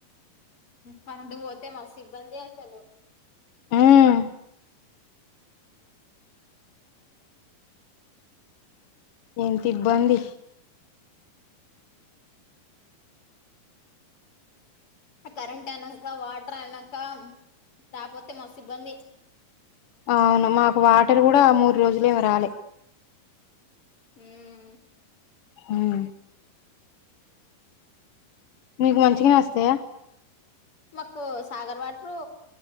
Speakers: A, on the left; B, on the left.
A: కరెంట్ ఒతే మస్తు ఇబ్బంది అసలు
B: ఉమ్ ఎంత ఇబ్బంది
A: కరెంట్ అయినంక వాటర్ అయినంక రాపోతే మస్తు ఇబ్బంది
B: అవును మాకు వాటర్ కూడా మూడు రోజులే ఏమో రాలే
A: ఉం
B: ఉం మీకు మంచిగానే వస్తాయా
A: మాకు సాగర్ వాటరు